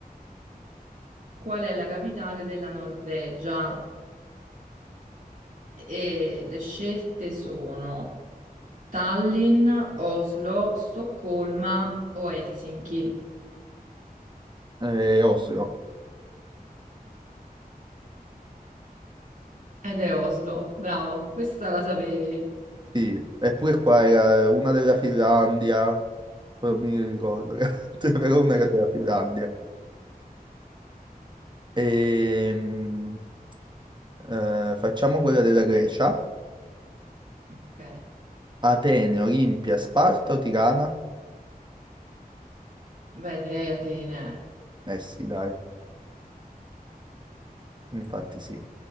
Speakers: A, on the right; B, on the right.
A: qual è la capitale della Norvegia e le scelte sono Tallinn, Oslo, Stoccolma o Helsinki.
B: Eh, Oslo.
A: Ed è Oslo, bravo, questa la sapevi.
B: Sì, eppure qua era una della Finlandia, però non mi ricordo, <laughs> però una
A: <laughs>
B: era della Finlandia. Ehm, eh, facciamo quella della Grecia.
A: Ok,
B: Atene, Olimpia, Sparta o Tirana?
A: beh, direi Atene.
B: Eh sì, dai, infatti sì.